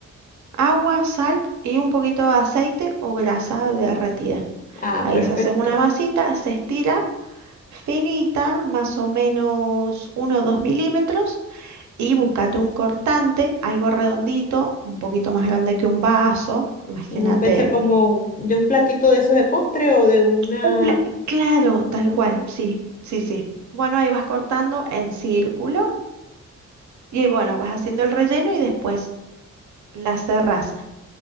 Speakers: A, on the right; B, on the left.
A: agua, sal y un poquito de aceite o grasa derretida.
B: Ah,
A: Ahí
B: perfecto.
A: se hace una masita, se estira finita, más o menos uno o 2 milímetros y búscate un cortante, algo redondito, un poquito más grande que un vaso, imagínate,
B: Mm, Puede ser como de un platito de esos de postre o de una...
A: un pla- claro, tal
B: Ajá.
A: cual, sí, sí, sí. Bueno, ahí vas cortando en círculo y bueno, vas haciendo el relleno y después la cerrás.